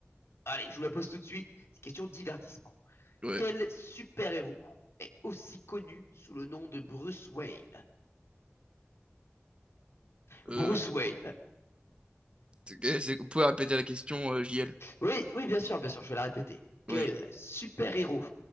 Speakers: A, on the left; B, on the right.
A: Allez, je vous la pose tout de suite. C'est question divertissement.
B: Ouais.
A: Quel super-héros est aussi connu sous le nom de Bruce Wayne Bruce
B: Euh,
A: Wayne.
B: c'est- c'est- vous pouvez répéter la question, euh, JL.
A: Oui, oui, bien sûr, bien sûr, je vais la répéter. Quel
B: Oui.
A: super-héros